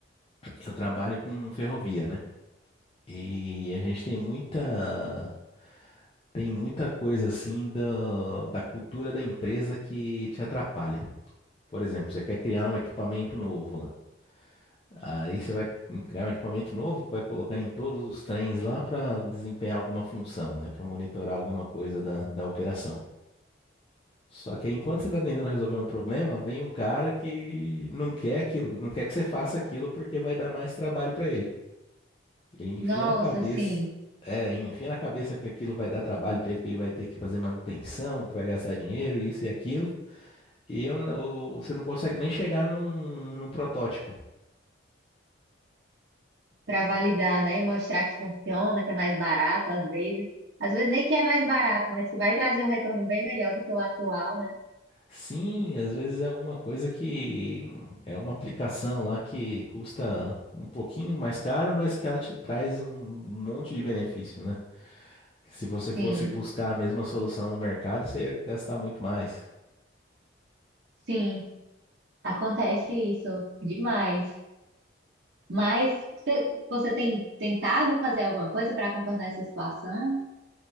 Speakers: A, on the left; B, on the right.
A: Eu trabalho com ferrovia, né? E a gente tem muita tem muita coisa assim da, da cultura da empresa que te atrapalha. Por exemplo, você quer criar um equipamento novo lá. Aí você vai criar um equipamento novo que vai colocar em todos os trens lá para desempenhar alguma função, né? Para monitorar alguma coisa da, da operação. Só que aí, enquanto você está tentando resolver um problema, vem um cara que não quer aquilo, não quer que você faça aquilo porque vai dar mais trabalho para ele. Ele enfia
B: Nossa,
A: na cabeça.
B: sim.
A: É, ele enfia na cabeça que aquilo vai dar trabalho pra ele, que ele vai ter que fazer manutenção, que vai gastar dinheiro, isso e aquilo. E eu n- o- você não consegue nem chegar num, num protótipo.
B: para validar,
A: E-
B: né? E mostrar que funciona, que é mais barato às vezes. Às vezes nem que é mais barato, mas que vai trazer um retorno bem melhor do que o atual, né?
A: Sim, às vezes é alguma coisa que é uma aplicação lá que custa um pouquinho mais caro, mas que ela te traz um monte de benefício, né? Que se você fosse
B: Sim,
A: buscar a mesma solução no mercado, você ia gastar muito mais.
B: sim, acontece isso demais. Mas você, você tem tentado fazer alguma coisa para contornar essa situação?